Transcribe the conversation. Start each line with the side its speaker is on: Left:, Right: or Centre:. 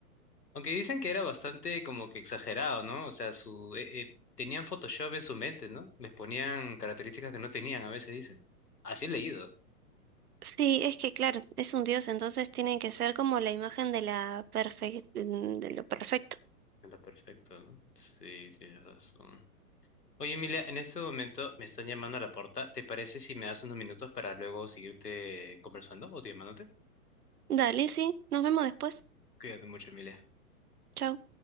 Left: Aunque dicen que era bastante como que exagerado, ¿no? O sea, su eh, eh, tenían Photoshop en su mente, ¿no? Les ponían características que no tenían, a veces dicen. Así he leído.
Right: Sí, es que claro, es un dios, entonces tiene que ser como la imagen de la perfec- de lo perfecto.
Left: Era perfecto, ¿no? Sí, tienes razón. Oye, Emilia, en este momento me están llamando a la puerta. ¿Te parece si me das unos minutos para luego seguirte conversando o te llamándote?
Right: Dale, sí, nos vemos después.
Left: Cuídate mucho, Emilia.
Right: Chao.